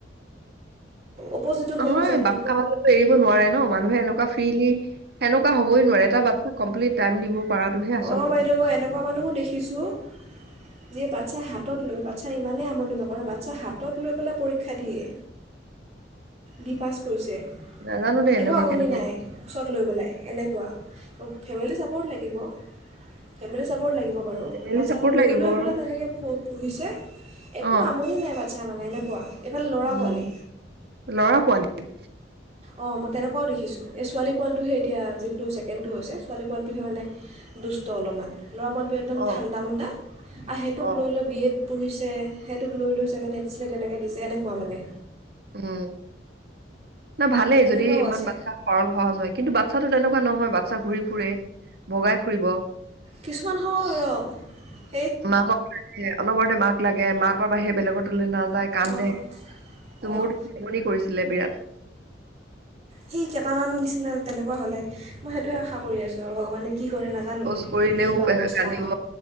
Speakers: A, on the right; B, on the right.
A: অপজিতো
B: নহয়
A: হয় কিজানি
B: বাচ্ছা হলেতো এৰিব নোৱাৰে ন মানুহে এনেকুৱা ফ্ৰিলি সেনেকোৱা হবই নোৱাৰে, এটা বাচ্ছা কম্প্লিত টাইম দিব পৰাটোহে আচল
A: অ
B: কথা
A: বাইদেউ মই এনেকুৱা মানুহো দেখিছোঁ যিয়ে বাচ্ছা হাতত লৈ, বাচ্ছাই ইমানেই আমনি নকৰে, বাচ্ছা হাতত লৈ পেলাই পৰীক্ষা দিয়ে। দি পাছ কৰিছে,
B: নাজানো দেই এনেকুৱা
A: একো আমনি
B: কেনেকুৱা
A: নাই ওচৰত লৈ পেলাই, এনেকুৱা ফেমিলি চাপৰ্ট লাগিব। ফেমিলি চাপৰ্ট লাগিব। বাৰু,
B: ফেমিলি
A: বাচ্ছাটো
B: চাপৰ্ট
A: লৈ
B: লাগিব
A: লৈ
B: আৰু
A: পেলাই তেনেকে প পঢ়িছে, একো
B: অ
A: আমনি নাই বাচ চ্ছা মানে এনেকুৱা এইফালে ল'ৰা
B: উম,
A: পোৱালি
B: লৰা পোৱালি।
A: অ মই তেনেকোৱাও দেখিছোঁ, এই ছোৱালী পোৱালটোহে এতিয়া যিটো ছেকেণ্ডটো হৈছে ছোৱালী পোৱালিটোহে মানে দুষ্ট অলপমান। ল'ৰা পোৱালিটো একদম
B: অ
A: ঠাণ্ডা মাণ্ডা, আৰু সেইটোক
B: অ
A: লৈ লৈ বি এড পঢ়িছে, সেইটোক লৈ লৈ চাগে নেটচলে তেনেকৈ দিছে এনেকুৱা মানে।
B: উম। না ভালেই
A: তেনেকুৱাও
B: যদি ইমান
A: আছে
B: বাচ্ছা সৰল সহজ হয় কিন্তু বাচ্ছা বাচ্চাটো তেনেকুৱা নহয় বাচ্ছা ঘূৰি ফুৰে, বগাই ফুৰিব
A: কিছুমান হয় ৰ
B: মাকক অনবৰতে মাক লাগে মাক মাকৰ বাহিৰে বেলেগত নাযায় কান্দে,
A: অঁ
B: ত
A: অঁ
B: মোৰ আমনি কৰিছে। ছিলে বিৰাট।
A: সেই কেইটামান নিচিনা তেনেকুৱা হলে, মই সেইটোৱে আশা কৰি আছোঁ আৰু ভগৱানে কি কৰে নাজানো
B: শৌচ কৰিলেও
A: কিবা
B: কান্দিব,
A: অৱস্থা হয়